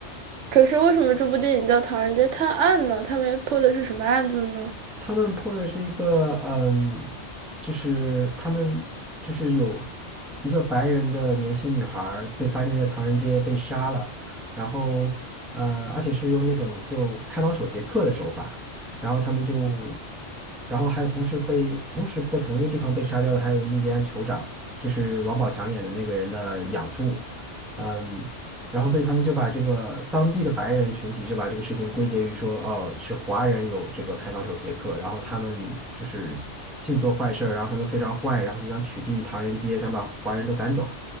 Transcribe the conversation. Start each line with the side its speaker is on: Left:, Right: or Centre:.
Right: 可是为什么这部电影叫《唐人街探案》呢？他们破的是什么案子呢？
Centre: 他们破的是一个，嗯，就是他们就是有一个白人的年轻女孩儿被发现在唐人街被杀了，然后呃，而且是用那种就开膛手杰克的手法，然后他们就，然后还有同时被同时在同一个地方被杀掉的还有个印第安酋长，就是王宝强演的那个人的养父，嗯。然后所以他们就把这个当地的白人群体就把这个事情归结于说，哦，是华人有这个开膛手杰克，然后他们就是尽做坏事儿，然后他们非常坏，然后就想取缔唐人街，想把华人都赶走，